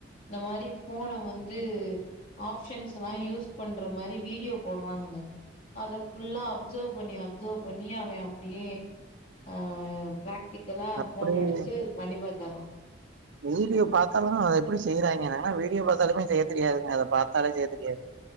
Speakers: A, on the left; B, on the right.
A: இந்த மாரி ஃபோனை வந்து ஆப்ஷன்ஸ் எல்லா யூஸ் பண்ற மாரி வீடியோ போடுறானுங்க அத ஃபுல்லா அப்சர்வ் பண்ணி -அப்சர்வ் பண்ணி அவ அப்டியே ஆ பிராக்டிக் இதெல்லா
B: அப்டி
A: ஃபோன் அடிச்சு பண்ணிப் பாத்தர்றா
B: வீடியோ பாத்தாலு அத எப்பிடி செய்யறாய்ங்க நானெல்லா வீடியோ பாத்தாலுமே செய்யத் தெரியாதுங்க அத பாத்தாலே செய்யத் தெரியாது